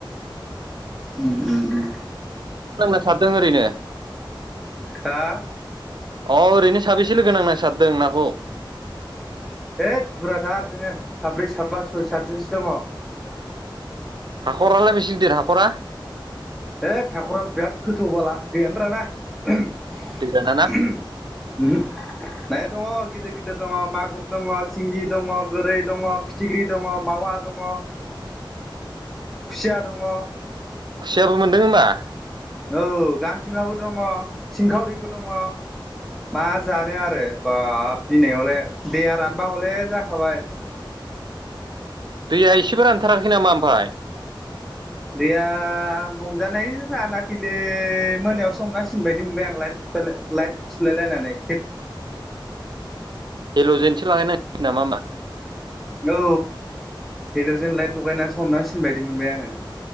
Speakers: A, in the centre; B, on the right.
A: उ उ
B: नांना सारदों ओरैनो
A: हा
B: अ ओरैनो साबेसे लोगो नांना सारदों नाखौ
A: हैद बुरजाथार जोङो साब्रै साबा सय सातजनसो दङ।
B: हाख'रालाय बेसे देर हाखरा
A: है हाखरा बिराद गोथौ बाला दैयानो राना नाया
B: दै राना ना
A: दङ। गिदिर गिदिर दङ मागुर दङ सिंगि दङ गोरै दङ फिथिख्रि दङ मावा दङ।
B: <inaudible>
A: खुसिया दङ औ
B: खुसियाबो मोनदों होमबा?
A: औ गांजेमाबो दङ सिंखावरिबो दङ। मा जानो आरो बाब दिनै हले दैेया रानबा हले जाखाबाय।
B: दैया एसेबो रानथाराखै नामा ओमफ्राय
A: गैया हमजानाय रानाखैलि मोनायावसो हमनांसिगोनबायदि मोनबाय आंलाय लाइटस सुलाइलायनानै
B: हेल' जेनसो लागायनांसिगोन नामा होमबा
A: औ हेल'जेन लाइट लगायनानैसो हमनांसिनबायदि मोनबाय आङो